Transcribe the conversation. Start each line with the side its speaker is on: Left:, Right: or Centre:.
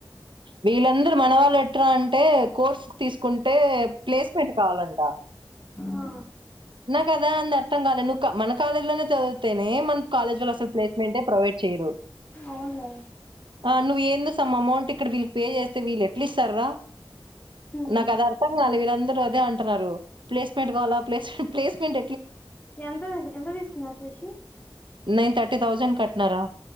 Right: వీళ్ళందరూ మన వాళ్ళు ఎట్రా అంటే కోర్స్ తీసుకుంటే అంటే ప్లేస్మెంట్ కావాలండ
Left: ఆ
Right: కద అ అర్ం కాల మన కాల లో చదినే మన కాల అ ప్లేస్మె ప్రొవై చేయవ
Left: అవునులే
Right: <unintelligible> అమౌంట్ ఇక్కడ వీళ్లు ప్లే చేస్తే వీళ్ళ ఎట్లా ఇస్తారా
Left: హ్మ్
Right: నాకు అది అర్థం కాలదు వీళ్ళందరూ అదే అంటున్నారు ప్లేస్మెంట్ కావాలా ప్లేమెట్ ప్లేస్మెంట్
Left: ఎంత ఎంత తీసుకున్నారు శశి
Right: నైన్ థర్టీ థౌజండ్ కట్నారా